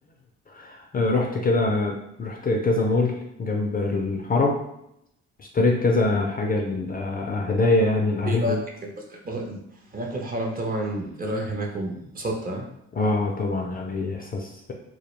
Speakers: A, on the left; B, on the right.
A: <coughs> رحت كده رحت كذا مول جنب الحرم اشتريت كذا حاجة ل- آه، هدايا يعني لأهلي
B: ايه بقى هناك البص- البص- هناك الحرم طبعا ايه رايك هناك وانبسطت ها؟
A: اه طبعا يعني إحساس